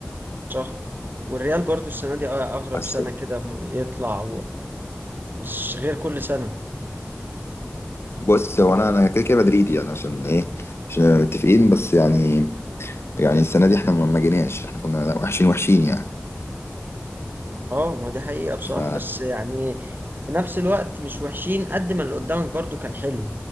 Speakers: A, on the right (about 50°); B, on the left (about 70°).
A: صح والريال برضو السنه دي اغرب
B: بس
A: سنه كده م- يطلع ومش غير كل سنه
B: بص هو أنا أنا كده كده مدريدي يعني عشان إيه عشان متفقين بس يعني يعني السنة دي إحنا ما ما جيناش إحنا كنا وحشين وحشين يعني
A: اه ما دي حقيقه بصراحه
B: ف
A: بس يعني في نفس الوقت مش وحشين قد ما اللي قدامك برضو كان حلو